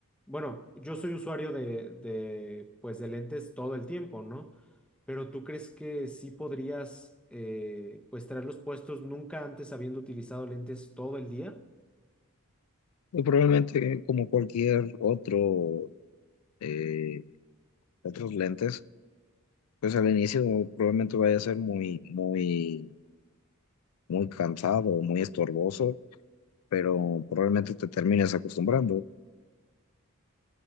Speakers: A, in the centre; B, on the left.
A: bueno, yo soy usuario de, de, pues, de lentes todo el tiempo, ¿no? Pero ¿tú crees que sí podrías, eh, pues, traerlos puestos nunca antes habiendo utilizado lentes todo el día?
B: Y probablemente como cualquier otro, eh, otros lentes Pues al inicio probablemente vaya a ser muy, muy, muy cansado, muy estorboso, pero probablemente te termines acostumbrando.